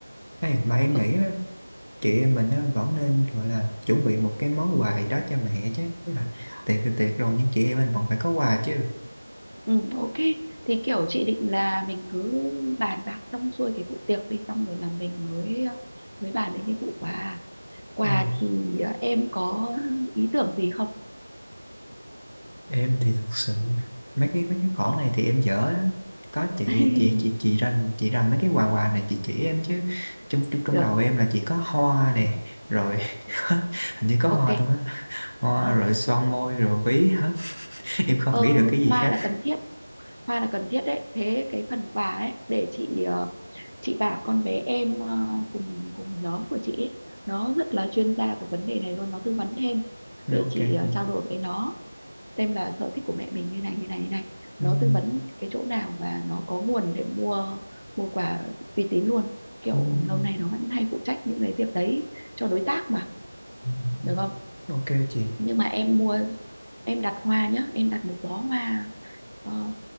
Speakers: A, on the left (about 55°); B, on the right (about 65°).
A: Ê, mà em
B: được.
A: nghĩ á, chị em mình á, vẫn nên gọi là chuẩn bị một cái món quà gì đó cho mẹ chứ Tức là tiệc thì tiệc rồi nhưng chị em mình vẫn phải có quà chứ
B: Ừ, ok thì kiểu chị định là mình cứ bàn bạc xong xuôi cái vụ tiệc đi xong rồi là mình mới ờ, mới bàn đến cái vụ quà quà
A: Ờ.
B: thì ờ, em có ý tưởng gì không
A: em thì thực sự mấy cái mấy cái khoản này thì em dở đó có chị
B: <laughs>
A: chị chị chị ra chị ra mấy cái quà quà này chị chỉ em chứ trong trong trong
B: được,
A: đầu em là chỉ có hoa này
B: được.
A: rồi <laughs> hình như có hoa
B: ok
A: thôi á hoa
B: ờ,
A: rồi son môi rồi ví hết <laughs> em không
B: Ờ,
A: nghĩ được cái gì
B: hoa
A: khác
B: là cần thiết hoa là cần thiết đấy thế cái phần quà ấy để chị ờ, chị bảo con bé em ờ, cùng cùng nhóm của chị ấy, nó rất là chuyên gia về vấn đề này luôn nó tư vấn thêm để
A: ok
B: chị ờ,
A: chị
B: trao đổi với nó xem là sở thích của mẹ mình như này như này như này
A: Ừm,
B: nó tư vấn cái chỗ nào và nó có nguồn để mua mua quà uy tín luôn kiểu
A: ừm,
B: lâu nay nó vẫn hay phụ trách những cái việc đấy cho đối tác mà
A: ừm,
B: được không
A: ừm. ok chị
B: nhưng mà em mua em đặt hoa nhá em đặt một bó hoa ờ,